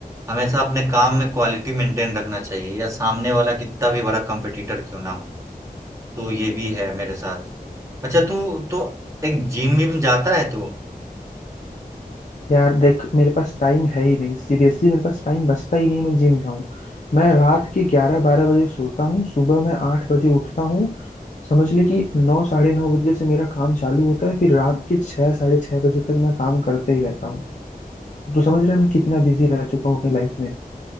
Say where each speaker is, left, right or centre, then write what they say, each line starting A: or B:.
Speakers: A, on the right; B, on the left.
A: हमेशा अपने काम में क्वालिटी मेंटेन रखना चाहिए या सामने वाला कितना भी बड़ा कंपटीटर क्यों ना हो तो ये भी है मेरे साथ अच्छा तू तो एक जिम विम जाता है तू
B: यार देख मेरे पास टाइम है ही नहीं सीरियसली मेरे पास टाइम बचता ही नहीं है मैं जिम जाऊं मैं रात के ग्यारह बारह बजे सोता हूँ सुबह मैं आठ बजे उठता हूँ समझ ले कि नौ साढ़े नौ बजे से मेरा काम चालू होता है फिर रात के छः साढ़े छः बजे तक मैं काम करते ही रहता हूँ तो समझ रहा है मैं कितना बिजी रह चुका हूँ अपनी लाइफ में